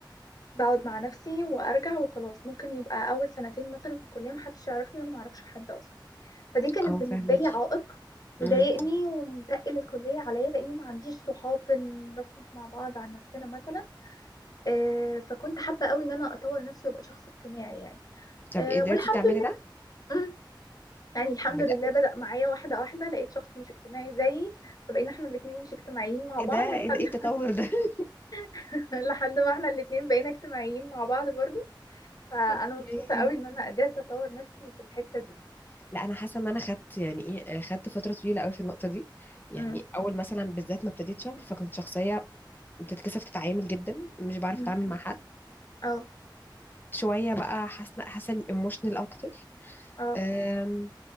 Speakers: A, on the left; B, on the left.
A: بقعد مع نفسي وارجع وخلاص ممكن يبقى اول سنتين مثلا في الكليه محدش يعرفني وانا معرفش حد اصلا فدي كانت
B: اه
A: بالنسبه
B: فاهماكي
A: لي عائق مضايقني
B: امم
A: ومتقل الكليه عليا لاني ما عنديش صحاب نرفه مع بعض عن نفسنا مثلا آه، فكنت حابه قوي ان انا اطور نفسي وابقى شخص اجتماعي يعني
B: طب
A: آه
B: قدرتي
A: والحمد
B: تعملي
A: لله
B: ده
A: مم. يعني الحمد
B: بجد
A: لله بدأ معايا واحدة واحدة لقيت شخص مش اجتماعي زيي فبقينا احنا الاتنين مش اجتماعيين مع
B: ايه
A: بعض
B: ده ايه ده؟
A: لحد
B: إيه التطور ده <laughs>
A: <laughs> لحد ما احنا الاتنين بقينا اجتماعيين مع بعض برضو فأنا
B: اوكي
A: مبسوطة قوي ان انا قدرت اطور نفسي في الحتة دي
B: لا انا حاسه ان انا خدت يعني ايه آه، خدت فتره طويله قوي في النقطه دي يعني
A: مم.
B: اول مثلا بالذات ما ابتديت شغل فكنت شخصيه بتتكسف تتعامل جدا مش بعرف
A: مم.
B: اتعامل مع حد
A: اه
B: وشويه بقى حاسه حاسه اني ايموشنال اكتر
A: اه
B: أم،